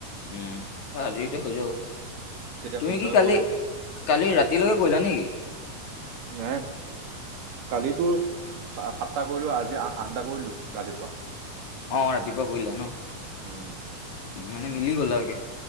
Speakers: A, on the left; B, on the right.
A: উম আজি এইটো হৈ যাব।
B: তেতিয়া
A: তুমি
B: সোনকালে
A: কি কালি
B: সোমাব।
A: কালি ৰাতিলৈকে গলা নেকি?
B: নাই। কালিতো সাতটা কৰিলো আজি আঠটা কৰিলো ৰাতিপুৱা।
A: অঁ ৰাতিপুৱা কৰিলোৱা ন?
B: <unintelligible>
A: মানে মিলি গল আগে